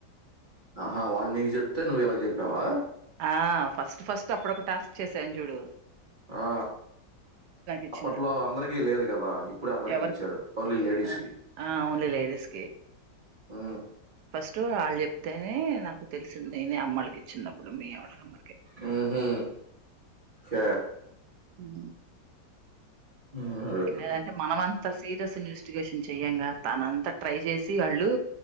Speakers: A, on the right; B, on the right.
A: ఆహా వాళ్ళ నీకు చెప్ తె నువ్వు ఇళ్ళక్ చెప్పావా
B: ఆ ఫస్ట్ ఫస్ట్ అప్పుడోక టాస్క్ చేసాం చుడు
A: ఆ
B: ఇచ్చింది
A: అప్పట్లో అందరికిీ లేదు కదా ఇప్పుడే అందరికిీ
B: ఎవరికి
A: ఇచ్చాడు ఓన్లీ లేడీస్
B: ఆ
A: కి
B: ఆ ఓన్లీ లేడీస్
A: హు
B: త్తు ఆళ్ళు చెప్తేనే నాకు తెలిసింది నేనే అమ్మలకిచ్చిం దప్ ప్పుడు మీ ఆవిడ నంబర్
A: మ్ హు స
B: హు
A: మ్మ్.
B: లేదంటే మనమం అంత సీరియస్ ఇన్వెస్టిగేషన్ చెయ్యంగా తనంతా ట్రై చేసి వాళ్ళు